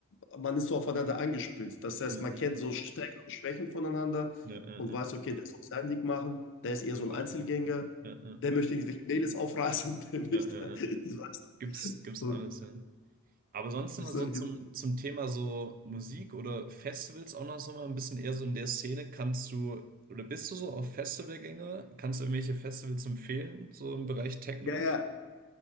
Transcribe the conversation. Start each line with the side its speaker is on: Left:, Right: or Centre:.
Left: äh, man ist so aufeinander angespielt. Das heißt,
Right: ja,
Left: man kennt so Stärken und Schwächen voneinander
Right: ja, ja,
Left: und
Right: ja,
Left: weiß, okay, der soll sein Ding machen, der
Right: ja,
Left: ist eher
Right: ja,
Left: so ein Einzelgänger,
Right: ja, ja, ja,
Left: der möchte irgendwelche Mädels aufreißen, <laughs> der möchte,
Right: ja, ja, ja.
Left: ich weiß
Right: Gibt's,
Left: nicht.
Right: gibt's
Left: Und
Right: alles, ja. Aber sonst
Left: ich
Right: immer
Left: sage,
Right: so zum, zum Thema so Musik oder Festivals auch noch so mal ein bisschen eher so in der Szene. Kannst du oder bist du so auf Festivalgänge? Kannst du irgendwelche Festivals empfehlen, so im Bereich Techno?
Left: ja, ja.